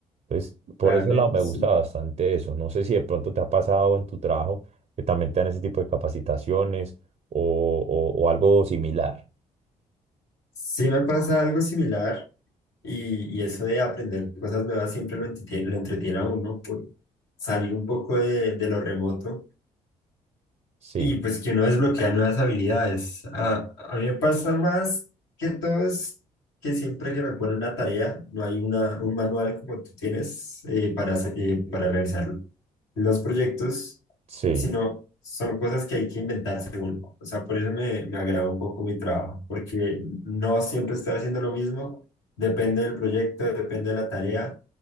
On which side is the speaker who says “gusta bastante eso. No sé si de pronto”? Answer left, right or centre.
Right